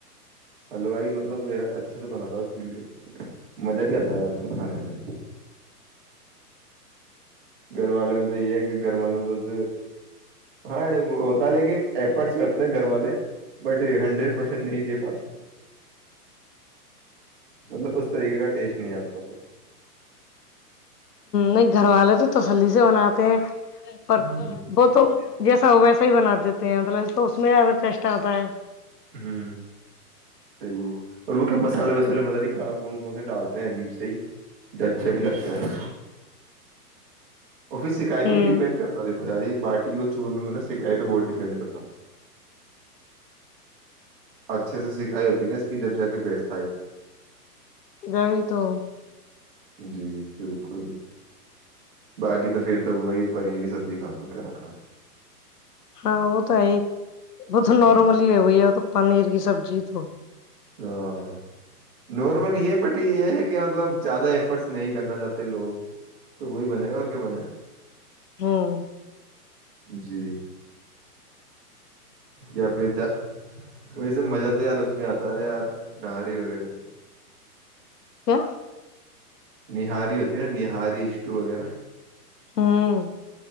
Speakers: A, on the right; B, on the left.
A: ہلوائی مطلب اچھے سے بناتا ہے اس چیز کو مزہ بھی آتا ہے یار اس میں کھانے میں گھر والے میں تو یہ ہے کہ گھر والے تو بس ہاں ہوتا لیکن ایفرٹس کرتے ہیں گھر والے بٹ ہنڈریڈ پرسینٹ نہیں دے پاتے مطلب اس طریقے کا ٹیسٹ نہیں آ پ تھا
B: نہیں گھر والے تو تسلی سے بناتے ہیں پر
A: ہ
B: وہ تو جیسا ہو ویسا ہی بنااتتے مطلب تو اس میں زیاہ ٹیسٹ آتا بر
A: ہ صحیح ہے اور وہ کیا مسالے وسالے پت نہیں کھا کون کون سے ڈالتے ہیں عجیب سے ہی جو اچھا بھی لگتا ہے افس سک
B: ہمم
A: پہ بھی ڈپینڈ کرتا تھا اری باٹی اور چور میں میں نا سکائے پہ بہت ڈیپینڈ کرتا ہے اچھے سے سکھائی ہوتی نا اس کی جب جا کے بیٹھتا ہے
B: اد بھی تو
A: جی بالکل باقی تو پھر تو وہی پنیر کی سبزی کھا دو کیا رکھا
B: ہاں وہ تو ہے وہ تو
A: ہے
B: نارملی ہے ہوئی ہے تو پنیر کی سبزی تو
A: ہاں نارمل ہی بٹ یہ ہے کہ مطلب زیادہ ایفرٹس نہیں کرنا چاہتے لوگ تو وہی بنے اور کیا بنے
B: ہاں
A: جی یا پھر ج ویس مزہ تو یار اس میں آتا سرے یار نہاری وغیرہ میں
B: کیا
A: نہاری ہوتی نا نہاری اشٹو وغیرہ
B: ہاں